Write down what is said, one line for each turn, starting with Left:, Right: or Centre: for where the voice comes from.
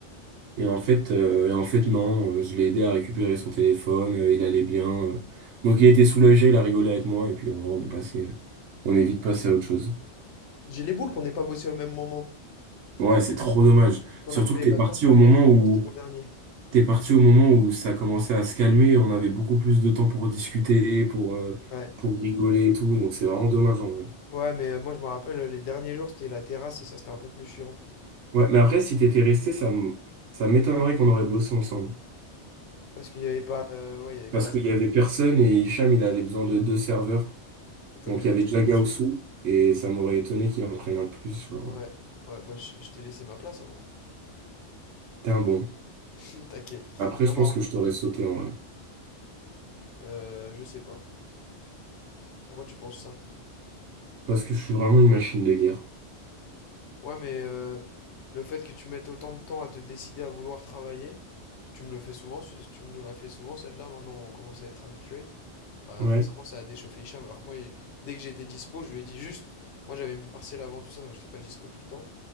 Right: et en fait, euh, et en fait, non, euh, je l'ai aidé à récupérer son téléphone, euh, il allait bien, euh. donc il était soulagé, il a rigolé avec moi, et puis en on est passé, euh, on est vite passé à autre chose.
Left: J'ai les boules qu'on n'ait pas bossé au même moment.
Right: Ouais, c'est trop dommage,
Left: Parce
Right: surtout
Left: Qu'on a fait
Right: que t'es
Left: bah,
Right: parti
Left: ton premier
Right: au moment
Left: jour, moi c'était mon dernier.
Right: T'es parti au moment où ça commençait à se calmer, on avait beaucoup plus de temps pour discuter, pour, euh,
Left: Ouais.
Right: pour rigoler et tout, donc c'est vraiment dommage en vrai.
Left: Ouais, mais euh, moi je me rappelle, les derniers jours c'était la terrasse et ça c'était un peu plus chiant.
Right: Ouais, mais après, si t'étais resté, ça m- ça m'étonnerait qu'on aurait bossé ensemble.
Left: Parce qu'il y avait pas... euh, ouais, il y avait
Right: Parce
Left: pas assez.
Right: qu'il y avait personne et Hicham, il avait besoin de deux serveurs.
Left: Et comme
Right: Donc
Left: il y avait
Right: il y avait
Left: Jack
Right: déjà
Left: Aousou.
Right: Gaoussou, et ça m'aurait étonné qu'il en prenne un de plus. genre,
Left: Ouais,
Right: euh,
Left: ouais, bah je, je t'ai laissé ma place, en gros.
Right: T'es un bon.
Left: <laughs> T'inquiète.
Right: Après,
Left: Non,
Right: je pense
Left: mais en-
Right: que je t'aurais sauté en vrai.
Left: euh, je sais pas. Pourquoi tu penses ça?
Right: Parce que je suis vraiment une machine de guerre.
Left: Ouais, mais euh, le fait que tu mettes autant de temps à te décider à vouloir travailler, tu me le fais souvent, ce- tu nous l'as fait souvent celle-là, maintenant on commence à être habitué. Bah
Right: Ouais.
Left: forcément ça a déchauffé Hicham, alors que moi, il- dès que j'étais dispo, je lui ai dit juste, moi j'avais mes partiels avant tout ça, donc j'étais pas dispo tout le temps.